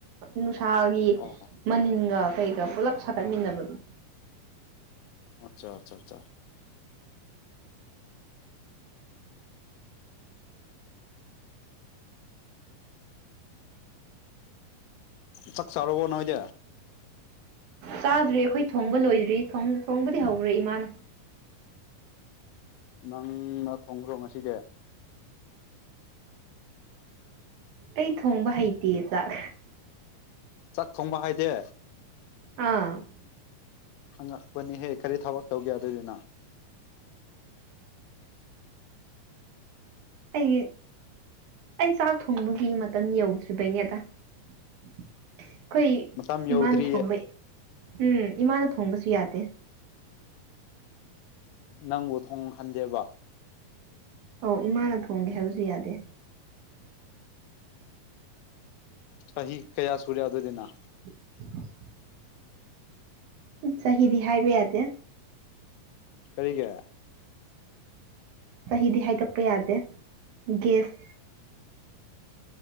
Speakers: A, on the right (about 65°); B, on the left (about 85°).
A: ꯅꯨꯡꯁꯥꯒꯤ
B: ꯑꯣ
A: ꯃꯅꯤꯟꯒ ꯀꯩꯒ ꯄꯨꯜꯂꯞ ꯁꯥꯒꯠꯃꯤꯟꯅꯕꯗꯨ
B: ꯑꯠꯆꯥ ꯆꯥ ꯆꯥ ꯆꯥꯛ ꯆꯥꯔꯕꯣ ꯅꯣꯏꯗꯤ
A: ꯆꯥꯗ꯭ꯔꯤ ꯑꯩꯈꯣꯏ ꯊꯣꯡꯕ ꯂꯣꯏꯗ꯭ꯔꯤ ꯊꯣꯡꯕꯗꯤ ꯍꯧ꯭ꯒꯔꯦ ꯏꯃꯥꯅ
B: ꯅꯪꯅ ꯊꯣꯡꯈ꯭ꯔꯣ ꯉꯁꯤꯗꯤ
A: ꯑꯩ ꯊꯣꯡꯕ ꯍꯩꯇꯤꯌꯦ ꯆꯥꯛ
B: ꯆꯥꯛ ꯊꯣꯡꯕ ꯍꯥꯏꯗꯦ
A: ꯎꯝ
B: ꯑꯉꯛꯄꯅꯤꯍꯦ ꯀꯔꯤ ꯊꯕꯛ ꯇꯧꯒꯦ ꯑꯗꯨꯗꯤ ꯅꯪ
A: ꯑꯩ ꯑꯩ ꯆꯥꯛ ꯊꯣꯡꯕꯒꯤ ꯃꯇꯝ ꯌꯧꯗ꯭ꯔꯤꯕꯩꯅꯦꯗ ꯑꯩꯈꯣꯏ
B: ꯃꯇꯝ ꯌꯧꯗ꯭ꯔꯤꯌꯦ
A: ꯏꯃꯥꯅ ꯊꯣꯡꯕꯩ ꯎꯝ ꯏꯃꯥꯅ ꯊꯣꯡꯕꯁꯨ ꯌꯥꯗꯦ
B: ꯅꯪꯕꯨ ꯊꯣꯡꯍꯟꯗꯦꯕ
A: ꯑꯧ ꯏꯃꯥꯅ ꯊꯣꯡꯒꯦ ꯍꯥꯏꯕꯁꯨ ꯌꯥꯗꯦ
B: ꯆꯍꯤ ꯀꯌꯥ ꯁꯨꯔꯦ ꯑꯗꯨꯗꯤ ꯅꯪ
A: <inaudible> ꯆꯍꯤꯗꯤ ꯍꯥꯏꯕ ꯌꯥꯗꯦ
B: ꯀꯔꯤꯒꯤ
A: ꯆꯍꯤꯗꯤ ꯍꯥꯏꯗꯣꯛꯄ ꯌꯥꯗꯦ ꯒꯦꯁ